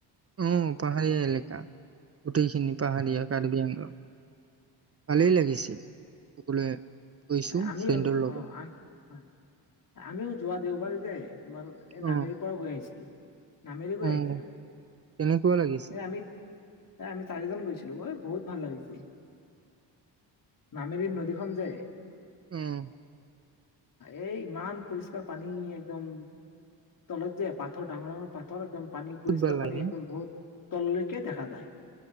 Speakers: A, on the right; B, on the left.
A: অঁ পাহাৰীয়া এলেকা, গোটেইখিনি পাহাৰীয়া
B: হয়
A: কাৰ্বি আংলং। ভালেই
B: হয়
A: লাগিছিল। সকলোৱে গৈছো
B: হয় আমিও
A: ফ্ৰেণ্ডৰ লগত।
B: অঁ হয় আমিও যোৱা দেওবাৰে যে তোমাৰ এই নামেৰিৰ
A: অ'
B: পৰা গৈ আহিছিলোঁ। নামেৰি গৈ
A: অ'
B: আহিছিলোঁ
A: কেনেকুৱা লাগিছিল?
B: এ আমি। এ আমি চাৰিজন গৈছিলোঁ ঐ বহুত ভাল লাগিছিল। নামিৰীৰ নদীখন যে
A: অ'।
B: এই ইমান পৰিষ্কাৰ পানী একদম তলত যে পাথৰ ডাঙৰ ডাঙৰ পাথৰ একদম। পানী
A: বহুত
B: পৰিষ্কাৰ
A: ভাল লাগে
B: পানী
A: ন
B: একদম বহুত। তললৈকে দেখা যায়,